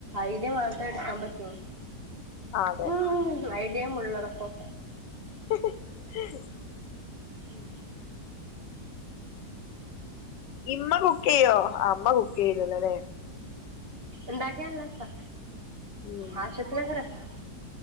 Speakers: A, on the right (about 35°); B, on the left (about 80°).
A: ഐഡിയ മാത്രേ എടുക്കാൻ പറ്റൂ
B: അതെ
A: ഉം ഐഡിയേം ഉള്ളടക്കോം
B: ഹ് ഹ് ഹ്ഹ
A: ഉം
B: ഇമ്മ കുക്ക് ചെയ്യോ അമ്മ കുക്ക് ചെയ്യുവല്ലോ ല്ലേ
A: ഇണ്ടാക്കിയാ നല്ലസാ
B: ഉം
A: ആവശ്യത്തിനക്ക രസാ